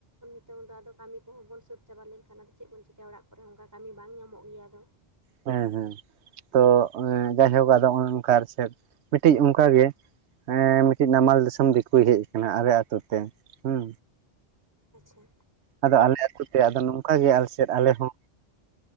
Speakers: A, on the right; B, on the right.
A: ᱱᱤᱛᱚᱝ ᱫᱚ ᱟᱫᱚ ᱠᱟᱹᱢᱤ ᱠᱚᱦᱚᱸ ᱵᱚᱱ ᱥᱟᱹᱛ ᱪᱟᱵᱟ ᱞᱮᱱᱠᱷᱟᱱ ᱟᱫᱚ ᱪᱮᱫ ᱵᱚᱱ ᱪᱤᱠᱟᱭᱟ ᱚᱲᱟᱜ ᱠᱚᱨᱮ ᱦᱚᱸ ᱚᱱᱠᱟ ᱠᱟᱹᱢᱤ ᱵᱟᱝ ᱧᱟᱢᱚᱜ ᱜᱮᱭᱟ ᱟᱫᱚ᱾
B: ᱦᱩᱸ ᱦᱩᱸ ᱛᱚ ᱮᱸ ᱡᱟᱭᱦᱳᱠ ᱟᱫᱚ ᱚᱸ ᱚᱱᱠᱟ ᱟᱨ ᱥᱮᱫᱽ ᱢᱤᱫᱴᱤᱡ ᱚᱝᱠᱟ ᱜᱮ ᱦᱮᱸ ᱢᱤᱫᱴᱮᱡ ᱱᱟᱢᱟᱞ ᱫᱤᱥᱚᱢ ᱫᱤᱠᱩᱭ ᱦᱮᱡ ᱠᱟᱱᱟ ᱟᱞᱮ ᱟᱛᱩ ᱛᱮ ᱦᱩᱸ
A: ᱟᱪᱪᱷᱟ᱾
B: ᱟᱫᱚ ᱟᱞᱮ ᱟᱹᱛᱩ ᱛᱮ ᱱᱚᱝᱠᱟ ᱜᱮ ᱟᱞᱮ ᱥᱮᱫ ᱟᱞᱮ ᱦᱚᱸ